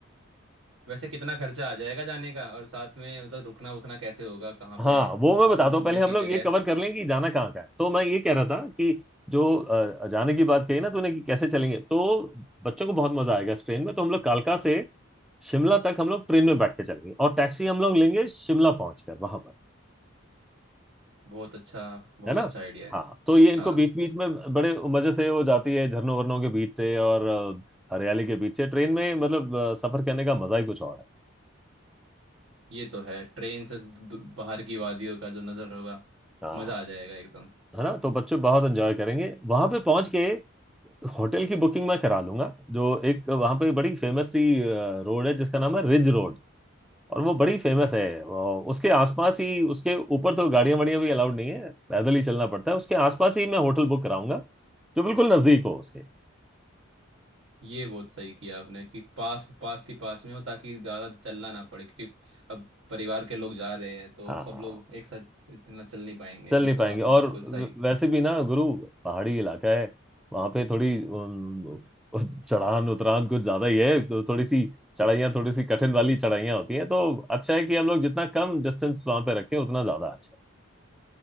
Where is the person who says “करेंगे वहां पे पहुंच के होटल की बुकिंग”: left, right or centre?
Centre